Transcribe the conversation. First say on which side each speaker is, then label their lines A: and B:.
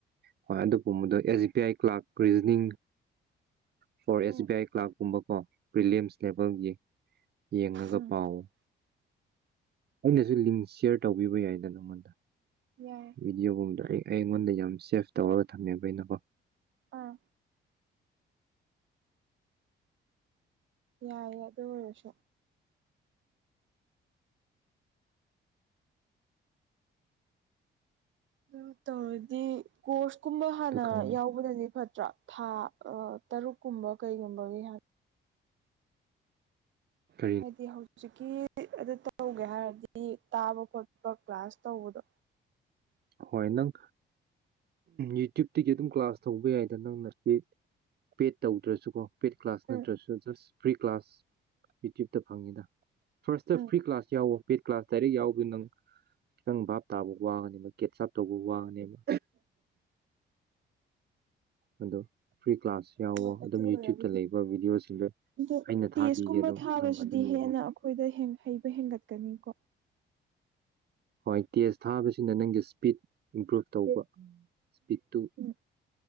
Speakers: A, on the right; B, on the right.
A: ꯍꯣꯏ ꯑꯗꯨ ꯄꯨꯝ ꯃꯗ S B I clerk reasoning for S
B: um
A: B I ꯀ꯭ꯂꯥꯛꯀꯨꯝꯕ ꯀꯣ ꯄꯔꯤꯂꯤꯌꯝꯁ ꯂꯦꯚꯦꯜꯒꯤ ꯌꯦꯡꯉꯒ
B: ꯎꯝ
A: ꯄꯥꯎ ꯑꯩꯅꯁꯨ ꯂꯤꯡ ꯁꯤꯌꯔ ꯇꯧꯕꯤꯕ ꯌꯥꯏꯗꯅ ꯅꯪꯉꯣꯟꯗ
B: ꯌꯥꯏ
A: ꯚꯗꯤꯑꯣꯒꯨꯝꯕꯗꯣ ꯑꯩ ꯑꯩꯉꯣꯟꯗ ꯌꯥꯝ ꯁꯦꯐ ꯇꯧꯔꯒ ꯊꯝꯃꯦꯕ ꯑꯩꯅꯀꯣ
B: ꯑꯥ ꯌꯥꯏꯌꯦ ꯑꯗꯨ ꯑꯣꯏꯔꯁꯨ ꯑꯗꯨ ꯇꯧꯔꯗꯤ ꯀꯣꯔꯁ ꯀꯨꯝꯕ ꯍꯥꯟꯅ
A: ꯑꯗꯨ ꯈꯪ
B: ꯌꯥꯎꯕꯅꯗꯤ ꯐꯠꯇ꯭ꯔꯥ ꯊꯥ ꯇꯔꯨꯛ ꯀꯨꯝꯕ ꯀꯩꯒꯨꯝꯕꯒꯤ
A: ꯀꯔꯤ
B: ꯍꯥꯏꯗꯤ ꯍꯧꯖꯤꯛꯀꯤ ꯑꯗꯨ ꯇꯧꯒꯦ ꯍꯥꯏꯔꯗꯤ ꯇꯥꯕ ꯈꯣꯠꯄ ꯀ꯭ꯂꯥꯁ ꯇꯧꯕꯗꯣ
A: ꯍꯣꯏ ꯅꯪ ꯌꯨꯇ꯭ꯌꯨꯕꯇꯒꯤ ꯑꯗꯨꯝ ꯀ꯭ꯂꯥꯁ ꯇꯧꯕ ꯌꯥꯏꯗ ꯅꯪꯅ ꯁꯤ ꯄꯦꯠ ꯇꯧꯗ꯭ꯔꯁꯨꯀꯣ ꯄꯦꯗ ꯀ꯭ꯂꯥꯁ ꯅꯠꯇ꯭ꯔꯁꯨ
B: ꯎꯝ
A: ꯖꯁ ꯐ꯭ꯔꯤ ꯀ꯭ꯂꯥꯁ ꯌꯨꯇ꯭ꯌꯕꯇ ꯐꯪꯉꯤꯗ ꯐꯥꯔꯁꯇ
B: ꯎꯝ
A: ꯐ꯭ꯔꯤ ꯀ꯭ꯂꯥꯁ ꯌꯥꯎꯕ ꯄꯦꯗ ꯀ꯭ꯂꯥꯁ ꯗꯥꯏꯔꯦꯛ ꯌꯥꯎꯕꯗꯨ ꯅꯪ ꯈꯤꯇꯪ ꯚꯥꯞ ꯇꯥꯕ ꯋꯥꯒꯅꯤ ꯀꯒꯦꯠꯁꯞ ꯇꯧꯕ ꯋꯥꯡꯉꯅꯦꯕ ꯑꯗꯣ ꯐ꯭ꯔꯤ ꯀ꯭ꯂꯥꯁ ꯌꯥꯎꯋꯣ
B: ꯍꯣꯏ
A: ꯑꯗꯨꯝ
B: ꯑꯗꯨ ꯑꯣꯏꯔꯕꯨꯗꯤ
A: ꯌꯨꯇ꯭ꯌꯨꯕꯇ ꯂꯩꯕ ꯚꯤꯗꯤꯑꯣꯁꯤꯡꯗꯣ
B: ꯑꯗꯣ
A: ꯑꯩꯅ ꯊꯥꯕꯤꯒꯦ
B: ꯇꯦꯁꯀꯨꯝꯕ
A: ꯑꯗꯨꯝ
B: ꯊꯥꯕꯁꯤꯗꯤ
A: ꯅꯪꯉꯅꯤ ꯌꯦꯡꯉꯣ
B: ꯍꯦꯟꯅ ꯑꯩꯈꯣꯏꯗ ꯍꯩꯕ ꯍꯦꯟꯒꯠꯀꯅꯤ ꯀꯣ
A: ꯍꯣꯏ ꯇꯦꯖ ꯊꯥꯕꯁꯤꯅ ꯅꯪꯒꯤ ꯏꯁꯄꯤꯠ ꯏꯝꯄ꯭ꯔꯨꯚ ꯇꯧꯕ ꯏꯁꯄꯤꯠꯇꯨ
B: ꯎꯝ